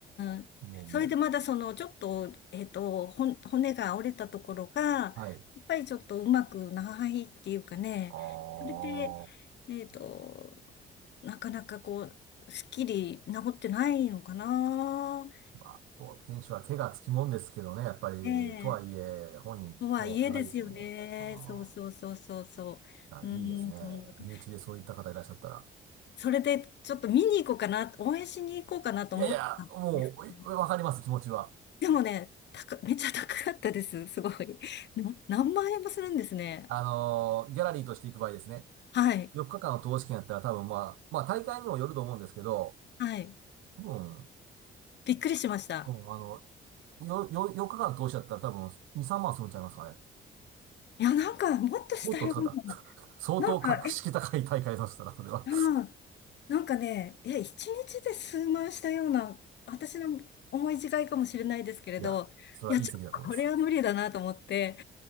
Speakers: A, on the left; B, on the right.
A: ん。
B: もう、
A: それでまだその、ちょっと、えっと、ほん骨が折れたところが、や
B: はい。
A: っぱりちょっとうまくないっていうかね、
B: ああ。
A: それで、えっと、なかなかこう、すっきり治ってないのかな。
B: まあ、スポーツ選手は怪我つきもんですけどね、やっぱり、
A: ねえ。
B: とはいえ、本人ね、
A: とはいえですよね。
B: 歯がゆいですよね。あ
A: そうそうそうそうそう。
B: あ、
A: うーん、
B: いやいいですね。
A: そんな感じ
B: 身内でそういった方いらっしゃったら。
A: それでちょっと見に行こうかな、応援しに行こうかなと思ったんですけど。
B: いやいや、もう、いわかります、気持ちは。
A: でもね、高、めっちゃ高かったです。すごい。な何万円もするんですね。
B: あのーギャラリーとして行く場合ですね。
A: はい。
B: 4日間の投資券やったら多分まあ、まあ大会にもよると思うんですけど、
A: はい。
B: 多分、
A: びっくりしました。
B: うん、あの、よ、よ、4日間の投資だったら多分2、3万するんちゃいますかね。
A: いや、なんか、もっとしたような。
B: もっと使った。<laughs> 相当格式高い大会だとしたら、
A: なんか、え、
B: それは。
A: うんなんかね、いや、一日で数万したような、私の思い違いかもしれないですけれど、
B: いや、それはいい席だと思います。
A: いや、ちょっとこれは無理だなと思って、